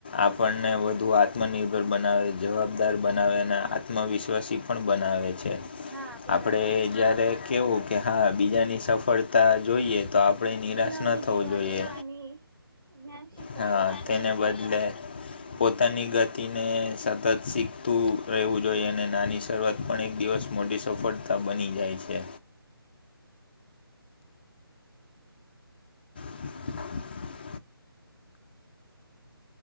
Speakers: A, on the left; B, on the right.
A: આપણને વધુ આત્મનિર્ભર બનાવે જવાબદાર બનાવેને આત્મવિશ્વાસી પણ બનાવે છે
B: હા બરાબર
A: આપણે જ્યારે કેવું કે હા બીજાની સફળતા જોઈએ તો આપણે નિરાશ
B: નવી
A: ના થવું
B: જીવન
A: જોઈએ.
B: જીવવાની <unintelligible>
A: હા
B: આપડે
A: તેને બદલે પોતાની ગતિને સતત શીખતું. રહેવું જોઈએ અને નાની શરૂઆત પણ એક દિવસ મોટી સફળતા બની જાય છે. <inaudible>